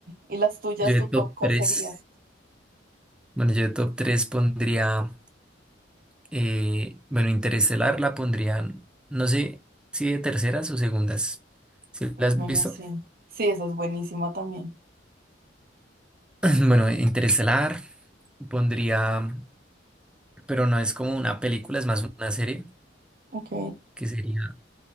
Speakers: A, on the right (about 50°); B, in the centre.
A: ¿Y las tuyas,
B: Yo de
A: tu
B: top
A: top, cuál
B: tres
A: sería?
B: Bueno, yo de top 3 pondría. eh, bueno, Interestelar la pondrían. No sé si de terceras o segundas. Si la
A: Muy
B: has
A: buena,
B: visto?
A: sí. Sí, esa es buenísima también.
B: <clears throat> Bueno, Interestelar pondría. Pero no es como una película, es más una serie.
A: Ok,
B: Que sería